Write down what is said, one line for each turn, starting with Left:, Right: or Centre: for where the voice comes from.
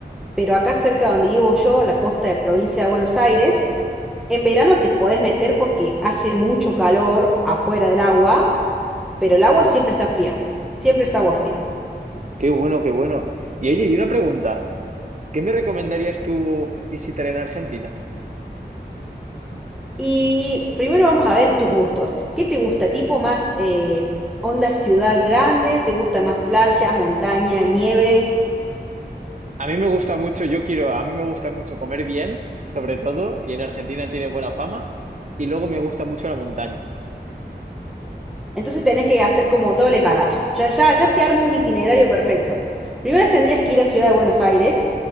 Centre: Pero acá cerca donde vivo yo, la costa de provincia de Buenos Aires, en verano te podés meter porque hace mucho calor afuera del agua, pero el agua siempre está fría, siempre es agua
Right: Ah,
Centre: fría.
Right: qué bueno, qué bueno. Y oye, y una pregunta, ¿qué me recomendarías tú visitar en Argentina?
Centre: Y primero vamos a ver tus gustos. ¿Qué te gusta? ¿Tipo más eh, onda ciudad grande? ¿Te gusta más playa, montaña, nieve?
Right: A mí me gusta mucho, yo quiero, a mí me gusta mucho comer bien, sobre todo, y en Argentina tiene buena fama, y luego me gusta mucho la montaña.
Centre: Entonces tenés que hacer como doble parada. Ya, ya, ya te armo un itinerario perfecto. Primero tendrías que ir a Ciudad de Buenos Aires,